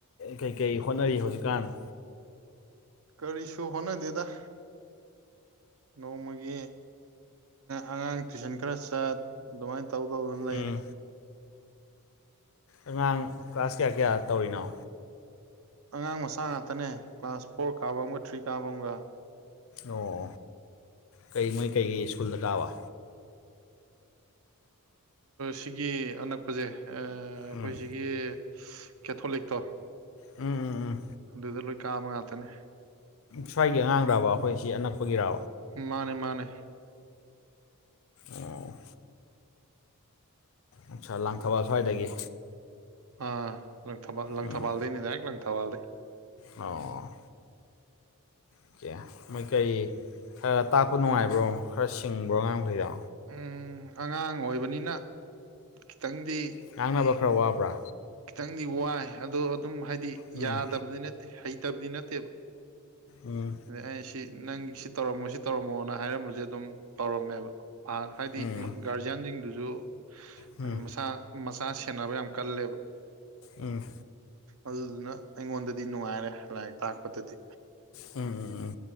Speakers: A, on the left; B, on the right.
A: ꯀꯩꯀꯩ ꯍꯣꯠꯅꯔꯤ ꯍꯧꯖꯤꯛꯀꯥꯟ
B: ꯀꯔꯤꯁꯨ ꯍꯣꯠꯅꯗꯦꯗ ꯅꯣꯡꯃꯒꯤ ꯑꯉꯥꯡ ꯇꯨꯏꯁꯟ ꯈꯔ ꯆꯠ ꯑꯗꯨꯃꯥꯏꯅ ꯇꯧ ꯇꯧꯗꯅ ꯂꯩꯔꯤ
A: ꯎꯝ ꯑꯉꯥꯡ ꯀ꯭ꯂꯥꯁ ꯀꯌꯥ ꯀꯌꯥ ꯇꯧꯔꯤꯅꯣ
B: ꯑꯉꯥꯡ ꯃꯆꯥ ꯉꯥꯛꯇꯅꯦ ꯀ꯭ꯂꯥꯁ ꯐꯣꯔ ꯀꯥꯕ ꯑꯃꯒ ꯊ꯭ꯔꯤ ꯀꯥꯕ ꯑꯃꯒ
A: ꯑꯣ ꯀꯩ ꯃꯣꯏ ꯀꯩ ꯀꯩ ꯁ꯭ꯀꯨꯜꯗ ꯇꯥꯕ
B: ꯁꯤꯒꯤ ꯑꯅꯛꯄꯁꯦ ꯑꯩꯈꯣꯏꯁꯤꯒꯤ
A: ꯎꯝ
B: ꯀꯦꯊꯣꯂꯤꯛꯇꯣ
A: ꯎꯝ ꯎꯝ ꯎꯝ
B: ꯑꯗꯨꯗ ꯂꯣꯏ ꯀꯥꯕ ꯉꯥꯛꯇꯅꯦ
A: ꯁ꯭ꯋꯥꯏꯒꯤ ꯑꯉꯥꯡꯗꯕ ꯑꯩꯈꯣꯏꯁꯤ ꯑꯅꯛꯄꯒꯤꯔ
B: ꯃꯥꯅꯦ ꯃꯥꯅꯦ
A: ꯑꯣ ꯑ ꯁꯥꯥ ꯂꯥꯡꯊꯕꯥꯜ ꯁ꯭ꯋꯥꯏꯗꯒꯤ
B: ꯑꯥ ꯂꯪꯊꯕꯥꯜ ꯂꯪꯊꯕꯥꯜꯗꯩꯅꯤ
A: ꯎꯝ
B: ꯗꯥꯏꯔꯦꯛ ꯂꯪꯊꯕꯥꯜꯗꯩ
A: ꯑꯣ ꯑꯣꯀꯦ ꯃꯩꯀꯔꯤ ꯈꯔ ꯇꯥꯛꯄ ꯅꯨꯡꯉꯥꯏꯕ꯭ꯔꯣ ꯈꯔ ꯁꯤꯡꯕ꯭ꯔꯣ ꯉꯥꯡ ꯃꯈꯩꯗ
B: ꯎꯝ ꯑꯉꯥꯡ ꯑꯣꯏꯕꯅꯤꯅ ꯈꯤꯇꯪꯗꯤ
A: ꯉꯥꯡꯅꯕ ꯈꯔ ꯋꯥꯕ꯭ꯔꯥ
B: ꯈꯤꯇꯪꯗꯤ ꯋꯥꯏ ꯑꯗꯣ ꯑꯗꯨꯝ ꯍꯥꯏꯗꯤ
A: ꯎꯝ
B: ꯌꯥꯗꯕꯗꯤ ꯅꯠꯇꯦ ꯍꯩꯇꯕꯗꯤ ꯅꯠꯇꯦꯕ
A: ꯑ
B: ꯑꯗꯩ ꯑꯩ ꯁꯤ ꯅꯪ ꯁꯤ ꯇꯧꯔꯝꯃꯣ ꯁꯤ ꯇꯧꯔꯝꯃꯣꯅ ꯍꯥꯏꯔꯝꯕꯁꯦ ꯑꯗꯨꯝ ꯇꯧꯔꯝꯃꯦꯕ ꯑ ꯍꯥꯏꯗꯤ
A: ꯎꯝ
B: ꯒꯥꯔꯖꯤꯌꯥꯟꯁꯤꯡꯗꯨꯁꯨ
A: ꯎꯝ
B: ꯍꯥꯏꯩ
A: ꯎꯝ
B: ꯃꯁꯥ ꯃꯆꯥ ꯁꯦꯟꯅꯕ ꯌꯥꯝ ꯀꯜꯂꯦꯕ
A: ꯑꯝ
B: ꯑꯗꯨꯗꯨꯅ ꯑꯩꯉꯣꯟꯗꯗꯤ ꯅꯨꯡꯉꯥꯏꯔꯦ ꯂꯥꯏꯔꯤꯛ ꯇꯥꯛꯄꯗꯗꯤ
A: ꯎꯝ ꯎꯝ ꯎꯝ